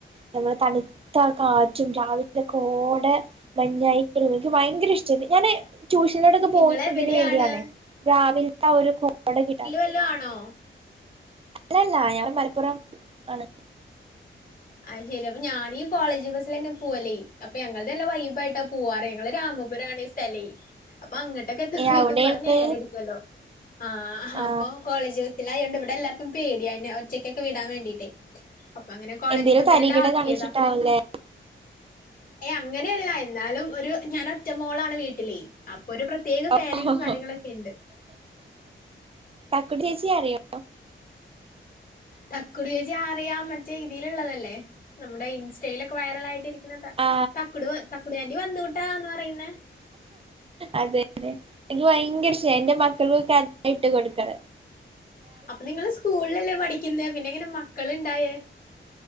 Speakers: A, on the right; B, on the left.
A: നമ്മൾ തണു മത്ത കാറ്റും രാവിലെയൊക്കെ കൊടെ മഞ്ഞായിട്ടും എനിക്ക് ഭയങ്കര ഇഷ്ടണ്ട് ഞാന് റ്റുഷണോടൊക്കെ
B: നിങ്ങളെവിടെയാണ്
A: പോകുന്നതിന് വേണ്ടിയാണെ രാവിൽത്തെ ഒരു കോട കിട്ടാൻ
B: ല്ല ആണോ
A: അല്ലല്ല അയാൾ മലപ്പുറം ആണ്
B: ആഹ ശരി അപ്പൊ ഞാനീ കോളേജ് ബസ്സൽ തന്നെ പോവല്ലേ അപ്പൊ ഞങ്ങളുടെല്ല വൈബായിട്ട് ക്കുവ്വാറേ ഞങ്ങളെ രാമപുരം ആണയ് സ്ഥലയ് അപ്പൊ അങ്ങോട്ടൊക്കെ എത്ത്പഴക്കും
A: ഏ അവിടെണ്ട്
B: നേരെടുക്കുവല്ലോ ആഹ
A: ആ
B: അപ്പൊ കോളേജ്സ്സിലായത്ണ്ട് ഇവിടെ എല്ലർക്കും പേടിയ ന്നെ ഒറ്റക്കൊക്കെ വിടാൻ വേണ്ടീട്ട് അപ്പൊ അങ്ങനെ കോളേജ്
A: എന്തേലും
B: ബസ്സെല്ലാം
A: തരികിട
B: ആക്കിയതാ
A: കാണിച്ചിട്ടാവൂലേ
B: ഏ അങ്ങനെയല്ല എന്നാലും ഒരു ഞാൻ ഒറ്റമോളാണ് വീട്ടിലെ അപ്പൊ ഒരു പ്രത്യേക
A: ഓ
B: കെയറിങ്ങും കാര്യങ്ങളൊക്കെ ഇണ്ട്
A: കട്ടച്ച ആറ <unintelligible>
B: തക്കുടി ചേച്ചി അറിയാം മറ്റേ ഇതിൽുള്ളതല്ലേ നമ്മുടെ ഇൻസ്റ്റയിലൊക്കെ വൈറല ആയിട്ട്രിക്ക െ
A: ആ
B: തക്കടു തക്കുടു ആൻ്റി വന്നു ട്ടാന്ന് പറയുന്ന
A: അതെെ എനിക്ക് ഭയങ്കര ഇഷ എന്റെ മക്കൾൊക്കെ അത ഇട്ട് കൊടുക്കത്
B: അപ്പൊ നിങ്ങള് സ്കൂളിലല്ലേ പഠിക്കുന്ന പിന്നെ ഇങ്ങനെ മക്കൾുണ്ടായേ